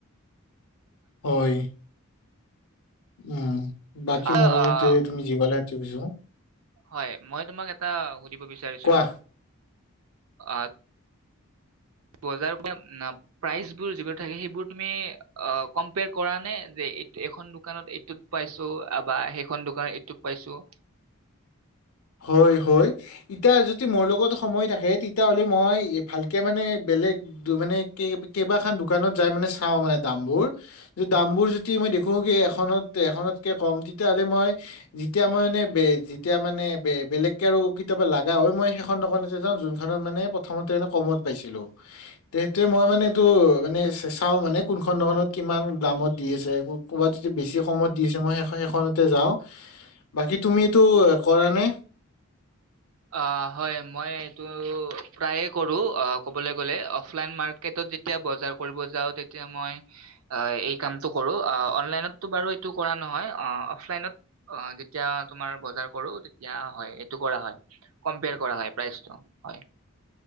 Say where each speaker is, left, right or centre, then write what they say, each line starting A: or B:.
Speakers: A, on the left; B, on the right.
A: হয়, উম।
B: আহ
A: <unintelligible> কি বুজা
B: হয়, মই তোমাক এটা সুধিব বিচাৰিছিলো
A: কোৱা
B: আ বজাৰ প্ৰাইজ বোৰ যিবোৰ থাকে সেইবোৰ তুমি অ কম্পেয়াৰ কৰা নে যে এইখন দুকানত এইটোত পাইছো বা সেইখন দোকানত এইটোত পাইছো।
A: হয়-হয়। ইটা যদি মোৰ লগত সময় থাকে তেতিয়া হ'লে মই ভালকে মানে বেলেগ মানে কেইবাখান দোকানত যাই মানে চাওঁ মানে দামবোৰ, দামবোৰ যদি মই দেখো এখনত-এখনতকে কম তেতিয়াহ'লে মই যেতিয়া মই মানে যেতিয়া মানে বেলেগকে আৰু কেতিয়াবা লগা হয় মই সেইখন দোকানতে যাওঁ যোনখনত মানে প্ৰথমতে ম কমত পাইছিলো। সেইটোৱে মই মানে এইটো মানে চাওঁ মানে কোনখন দোকানত কিমান দামত দি আছে, কবাত যদি বেছি কমত দি আছে মই সেইখনতে যাওঁ। বাকী তুমি এইটো কৰা নে?
B: অ', হয়। মই এইটো প্ৰায়ে কৰো, ক'বলৈ গ'লে অফলাইন যেতিয়া বজাৰ কৰিব যাওঁ তেতিয়া মই এই কামটো কৰো অনলাইন বাৰু এটো কৰা নহয়। অহ অফলাইনত যেতিয়া তোমাৰ বজাৰ কৰো তেতিয়া হয়, এটো কৰা হয়। কম্পেয়াৰ কৰা হয় প্ৰাইজটো, হয়।